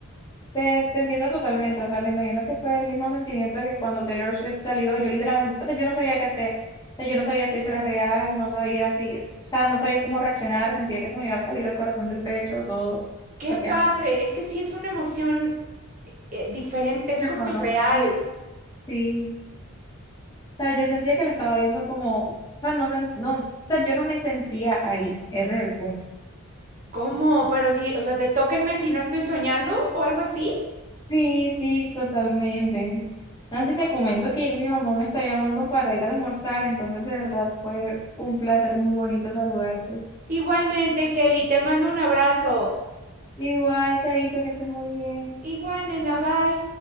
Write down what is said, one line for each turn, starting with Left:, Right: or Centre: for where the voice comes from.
Left: Te, te entiendo totalmente, o sea, me imagino que fue el mismo sentimiento que cuando Taylor Swift salió, yo literalmente, o sea, yo no sabía qué hacer, o sea, yo no sabía si eso era real, no sabía si, o sea, no sabía cómo reaccionar, sentía que se me iba a salir el corazón del pecho, todo
Right: Qué
Left: bloqueando.
Right: padre. Es que sí es una emoción eh, diferente, es como
Left: Claro,
Right: irreal.
Left: sí. Sí, o sea, yo sentía que la estaba viendo como, o sea, no, sen- no, o sea, yo no me sentía ahí, ese es el punto.
Right: ¿Cómo? Pero sí, o sea, te tóquenme si no estoy soñando o algo así.
Left: Sí, sí, totalmente. Nancy,
Right: Oye.
Left: te comento que ya mi mamá me está llamando para ir a almorzar, entonces de verdad fue un placer muy bonito saludarte.
Right: Igualmente, Kelly, te mando un abrazo.
Left: Igual, Chaito, que estés muy bien.
Right: Igual, nena, bye.